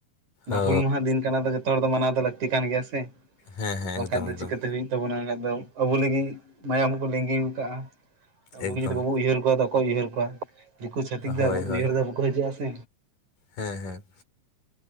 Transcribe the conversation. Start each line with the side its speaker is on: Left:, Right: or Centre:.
Left: ᱚ
Right: ᱦᱩᱞ ᱢᱟᱦᱟ ᱫᱤᱱ ᱠᱟᱱᱟ ᱫᱚ ᱡᱚᱛᱚ ᱦᱚᱲ ᱫᱚ ᱢᱟᱱᱟᱣ ᱫᱚ ᱞᱟᱹᱠᱛᱤ ᱠᱟᱱ ᱜᱮᱭᱟ ᱥᱮ
Left: ᱦᱮᱸ ᱦᱮᱸ
Right: ᱵᱟᱝᱠᱷᱟᱡ
Left: ᱮᱠᱫᱚᱢ
Right: ᱫᱚ
Left: ᱮᱠᱫᱚᱢ
Right: ᱪᱤᱠᱟᱹᱛᱮ ᱵᱤᱱ ᱛᱟᱵᱚᱱᱟ ᱮᱠᱟᱱᱡ ᱫᱚ ᱟᱵᱚ ᱞᱟᱹᱜᱤᱫ ᱢᱟᱭᱟᱢ ᱠᱚ ᱞᱤᱸᱜᱤ ᱟᱠᱟᱟᱜᱼᱟ ᱟᱵᱚ
Left: ᱮᱠᱫᱚᱢ
Right: ᱜᱮ ᱡᱩᱫᱤ ᱵᱟᱵᱚ ᱩᱭᱦᱟᱹᱨ ᱠᱚᱣᱟ ᱛᱚ ᱚᱠᱚᱭ ᱩᱭᱦᱟᱹᱨ ᱠᱚᱣᱟ ᱫᱤᱠᱩ ᱪᱷᱟᱹᱛᱤᱠ ᱫᱟ
Left: ᱦᱳᱭ ᱦᱳᱭ
Right: ᱩᱭᱦᱟᱹᱨ ᱫᱟ ᱵᱟᱠᱚ ᱦᱤᱡᱩᱜᱼᱟ ᱥᱮ᱾
Left: ᱦᱮᱸ ᱦᱮᱸ